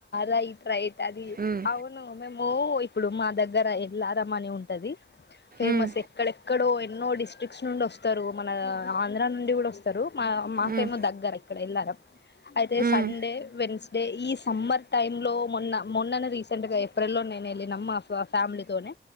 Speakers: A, on the left; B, on the right.
A: రైట్ రైట్ అది
B: ఉమ్
A: అవును ఓ ఇప్పుడు మా దగ్గర ఎల్లరమని ఉంటది ఫేమస్
B: ఉమ్
A: ఎక్కడెక్కడో ఎన్నో డిస్ట్రిక్ట్స్ నుండి వస్తారు మన ఆంధ్రా నుండి కూడా వస్తారు మా మాకేమో
B: ఉమ్
A: దగ్గర అ ఎ అయితే
B: ఉమ్
A: సండే వెడ్నెస్డే అదే ఈ సమ్మర్ టైమ్ లో మొన్న మొన్ననే రీసెంట్ గా ఏప్రిల్ లో నేను వెళినమా ఫ్యామిలీతోనే